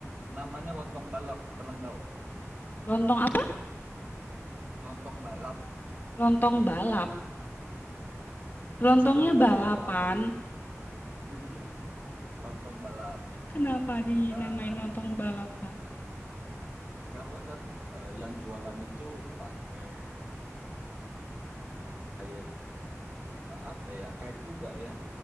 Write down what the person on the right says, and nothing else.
namanya lontong balap, pernah tahu?
Lontong balap
sebenarnya
ya lontong iya, lontong balap.
Eh,
karena kan eh, yang jualan itu pakai kayak apa ya? Kayak juga ya